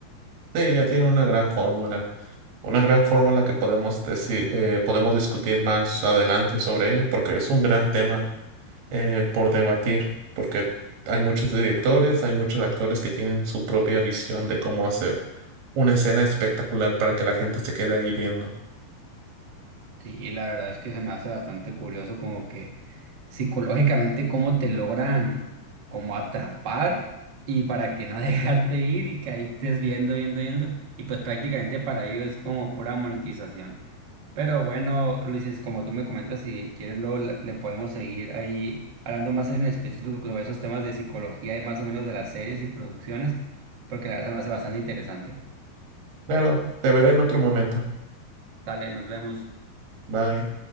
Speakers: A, on the right (about 75°); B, on the right (about 50°).
A: Sí, ya tiene una gran fórmula. Una gran fórmula que podemos decir, eh, podemos discutir más adelante sobre ello, porque es un gran tema eh, por debatir, porque hay muchos directores, hay muchos actores que tienen su propia visión de cómo hacer una escena espectacular para que la gente se quede ahí viendo.
B: Sí, la verdad es que se me hace bastante curioso como que psicológicamente cómo te logran como atrapar y para que no <laughs> dejarte ir y que ahí estés viendo, viendo, viendo. Y pues prácticamente para ello es como pura monetización. Pero bueno, Luis, como tú me comentas, si quieres luego le le podemos seguir ahí hablando más en específico sobre esos temas de psicología y más o menos de las series y producciones, porque la verdad se me hace bastante interesante.
A: Claro, te veré en otro momento.
B: Dale, nos vemos.
A: Bye.